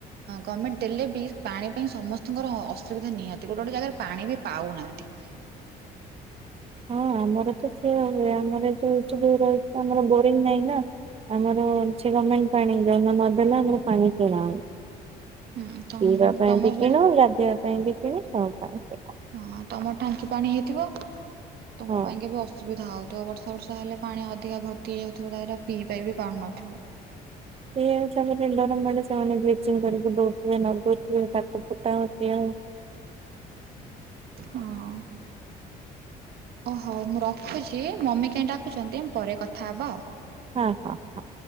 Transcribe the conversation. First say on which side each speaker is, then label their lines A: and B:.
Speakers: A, on the right (about 70°); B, on the right (about 35°).
A: ଗଭର୍ଣ୍ଣମେଣ୍ଟ ଦେଲେବି ପାଣି ପାଇଁ ସମସ୍ତଙ୍କର ଅସୁବିଧା ନିହାନ୍ତି ଗୋଟେ ଗୋଟେ ଜାଗାରେ ପାଣିବି ପାଉନାହାନ୍ତି।
B: ହଁ ଆମରତ ସେଇଆ ହୁଏ ଆମର ଯୋଉଥିକ ରହିଥିବ ଆମର ବୋରିଂ ନାହିଁନା ଆମରଅଛି ଗମେଣ୍ଟ ପାଣି ଯୋଉଦିନ ନଦେଲା ଆମର ପାଣି କିଣା ହଉ
A: ହୁଁ ତମ୍
B: ପିଇବା ପାଇଁବି
A: ତମ ସେ
B: କିଣୁ ଗାଧେଇବା ପାଇଁବି କିଣୁ ସବୁ ପାଇଁ କିଣା।
A: ହଁ ତମର ଟାଙ୍କି ପାଣି ହେଇଥିବ ତମ
B: ହଁ
A: ପାଇଁ କେବେ ଅସୁବିଧା ହଉ ତ ବର୍ଷା ବର୍ଷା ହେଲେ ପାଣି ଅଧିକା ଭର୍ତ୍ତି ହେଇଯାଉଥିବ ତାହଲେ ପିଇ ପାରିବି ପାରୁନଥିବ।
B: ସେଇ ହିସାବରେ ଡରମଡ଼େ ସେମାନେ ବ୍ଲିଚିଙ୍ଗ କରିକି ଦଉଥିବେ ନଦଉଥିବେ ତାକୁ ଫୁଟାଅ ପିଇଆ
A: ହଁ। ଓ ହୋଉ ମୁଁ ରଖୁଛି ମମି କାଇଁ ଡାକୁଛନ୍ତି ପରେ କଥା ହବା ଆଉ।
B: ହଁ ହଁ ହଁ।